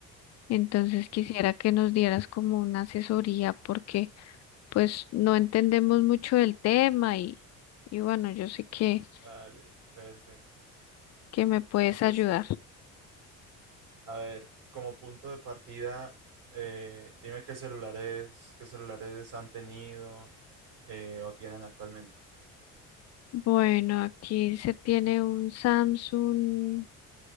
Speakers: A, on the left; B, on the right.
A: Entonces
B: ok,
A: quisiera que nos dieras como una asesoría porque pues no entendemos mucho del tema y, y bueno, yo sé que,
B: dale, perfecto.
A: que me puedes
B: Entonces,
A: ayudar.
B: a ver, como punto de partida, eh, dime qué celulares, qué celulares han tenido eh, o tienen actualmente.
A: Bueno, aquí se tiene un Samsung.